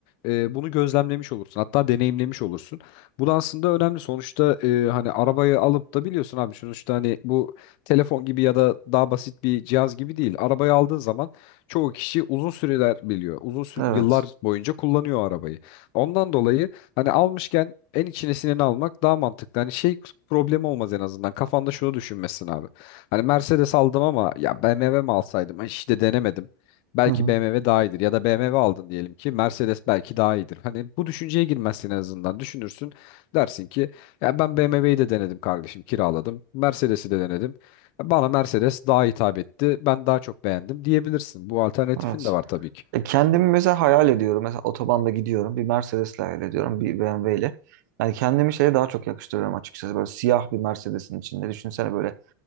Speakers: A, on the left; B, on the right.
A: e, bunu gözlemlemiş olursun. Hatta deneyimlemiş olursun. Bu da aslında önemli. Sonuçta e, hani arabayı alıp da biliyorsun abi sonuçta hani bu telefon gibi ya da daha basit bir cihaz gibi değil. Arabayı aldığın zaman çoğu kişi uzun süreler biliyor. Uzun sü-
B: Evet.
A: yıllar boyunca kullanıyor arabayı. Ondan dolayı hani almışken en içine sineni almak daha mantıklı. Hani şey problemi olmaz en azından. Kafanda şunu düşünmesin abi. Hani Mercedes aldım ama ya BMW mi alsaydım? Ay İşte denemedim. Belki
B: Hı hı.
A: BMW daha iyidir ya da BMW aldın diyelim ki Mercedes belki daha iyidir. Hani bu düşünceye girmezsin en azından. Düşünürsün dersin ki ya ben BMW'yi de denedim kardeşim kiraladım. Mercedes'i de denedim. Bana Mercedes daha hitap etti. Ben daha çok beğendim diyebilirsin. Bu alternatifin
B: Evet.
A: de var tabii ki.
B: E, Kendimi mesela hayal ediyorum. Mesela otobanda gidiyorum. Bir Mercedes'le hayal ediyorum. Bir BMW ile. Yani kendimi şeye daha çok yakıştırıyorum açıkçası. Böyle siyah bir Mercedes'in içinde. Düşünsene böyle